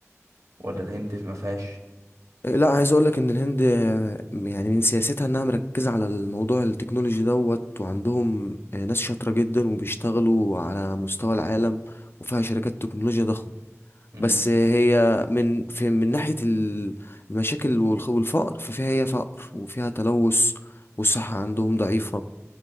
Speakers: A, on the right; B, on the left.
A: ولا الهند ما فيهاش
B: إيه، لا عايز اقول لك ان الهند آه، يعني من سياستها انها مركزه على الموضوع التكنولوجي دوت وعندهم آه، ناس شاطره جدا وبيشتغلوا على مستوى العالم وفيها شركات تكنولوجيا ضخمه
A: امم
B: بس هي من في من ناحية ال- المشاكل والخ- والفقر ففيها هي فقر وفيها تلوث والصحة عندهم ضعيفة